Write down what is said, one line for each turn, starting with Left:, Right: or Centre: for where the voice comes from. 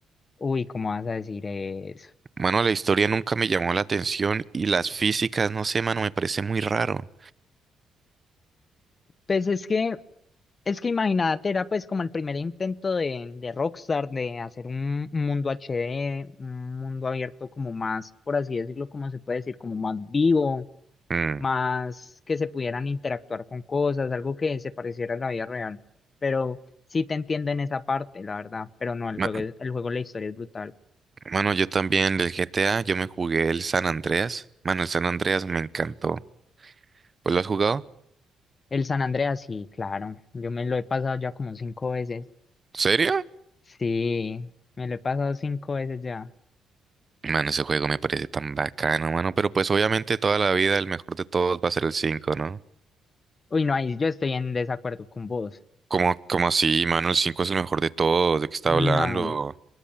Left: Uy, ¿cómo vas a decir eso?
Right: Mano, la historia nunca me llamó la atención y las físicas, no sé, mano, me parece muy raro.
Left: Pues es que Es que imagínate, era pues como el primer intento de, de Rockstar de hacer un, un mundo HD, un mundo abierto como más, por así decirlo, como se puede decir, como más vivo,
Right: Mm,
Left: más que se pudieran interactuar con cosas, algo que se pareciera a la vida real. Pero sí te entiendo en esa parte, la verdad, pero no, el
Right: ma-
Left: juego, es- el juego, la historia es brutal.
Right: mano, yo también del GTA, yo me jugué el San Andreas. Mano, el San Andreas me encantó. ¿Pues lo has jugado?
Left: El San Andreas, sí, claro, yo me lo he pasado ya como cinco veces.
Right: ¿Serio?
Left: Sí, me lo he pasado cinco veces ya.
Right: Mano, ese juego me parece tan bacano, mano. Pero pues obviamente toda la vida el mejor de todos va a ser el cinco ¿no?
Left: Uy, no, ahí yo estoy en desacuerdo con vos.
Right: ¿Cómo, cómo así, mano? El 5 es el mejor de todos. ¿De qué está
Left: No,
Right: hablando?